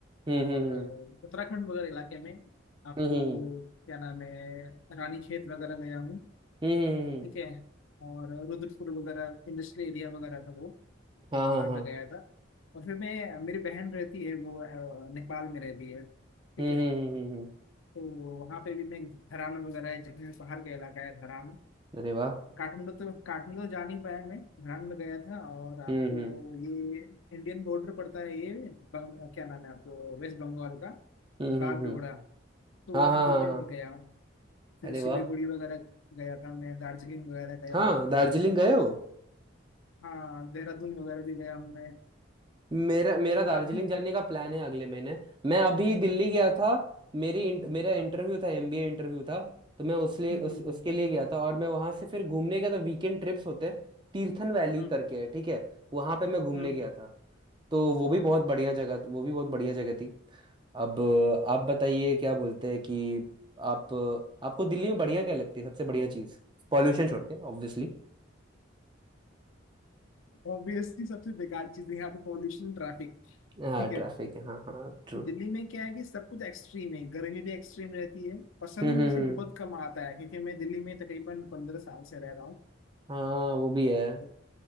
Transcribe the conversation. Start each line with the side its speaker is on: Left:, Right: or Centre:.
Right: हम्म
Left: और
Right: हम्म
Left: अ, उत्तराखंड वगैरह इलाके में आपको
Right: हम्म
Left: क्या नाम है रानीखेत वगैरह गया हूँ
Right: हम्म हम्म हम्म, हम्म,
Left: ठीक है और रुद्रपुर वगैरह इंडस्ट्रियल एरिया वगैरह था वो
Right: हाँ
Left: तो वहाँ
Right: हाँ हाँ
Left: पे गया था और फिर मैं मेरी बहन रहती है वो अ, नेपाल में रहती है ठीक
Right: हम्म
Left: है
Right: हम्म हम्म हम्म, हम्म,
Left: तो वहाँ पे भी मैं धरान वगैरह एक जगह है, पहाड़ का इलाका है धरान
Right: अरे वाह
Left: और काठमांडू तो काठमांडू तो जा नहीं पाया मैं धरान में गया था और आपको
Right: हम्म हम्म
Left: ये इंडियन बॉर्डर पड़ता है ये बंग, क्या नाम है आपको वेस्ट बंगाल का
Right: हम्म
Left: बागडोगरा
Right: हम्म हम्म,
Left: तो
Right: हाँ
Left: वहां
Right: हाँ
Left: पे
Right: हाँ
Left: मैं
Right: हाँ
Left: भी गया हूँ फिर
Right: अरे
Left: सिलीगुड़ी
Right: वाह
Left: वगैरह गया था मैं दार्जिलिंग वगैरह गया
Right: हाँ
Left: हूँ
Right: दार्जिलिंग गए हो
Left: हाँ देहरादून वगैरह भी गया हूँ मैं
Right: मेरा मेरा
Left: तो
Right: दार्जिलिंग
Left: काफी
Right: जाने का प्लान है अगले महीने मैं अभी दिल्ली गया था मेरी इंट, मेरा इंटरव्यू
Left: हाँ
Right: था एमबीए इंटरव्यू था तो मैं उस लिए
Left: हम्म
Right: उस,
Left: हम्म
Right: उसके
Left: हम्म
Right: लिए गया था और मैं वहां से फिर घूमने गया था वीकेंड ट्रिप्स होते हैं तीर्थन वैली
Left: हम्म
Right: करके है ठीक है वहां पे मैं घूमने
Left: हम्म
Right: गया था तो वो भी बहुत बढ़िया जगह वो भी बहुत बढ़िया जगह थी अब अ, आप बताइए क्या बोलते हैं कि आप आपको दिल्ली में बढ़िया क्या लगती है सबसे बढ़िया चीज पॉल्यूशन छोड़ के ऑब्वियसली
Left: ऑब्वियसली सबसे बेकार चीज है यहाँ पे पॉल्यूशन ट्रैफिक
Right: हाँ
Left: ठीक है
Right: ट्रैफिक है हाँ हाँ ट्रू
Left: दिल्ली में क्या है कि सब कुछ एक्सट्रीम है गर्मी भी एक्सट्रीम रहती है पसंद
Right: हम्म हम्म
Left: मुझे
Right: हम्म,
Left: बहुत कम आता है क्योंकि मैं दिल्ली में तकरीबन पंद्रह साल से रह रहा हूँ
Right: हाँ वो
Left: तो-
Right: भी है
Left: तो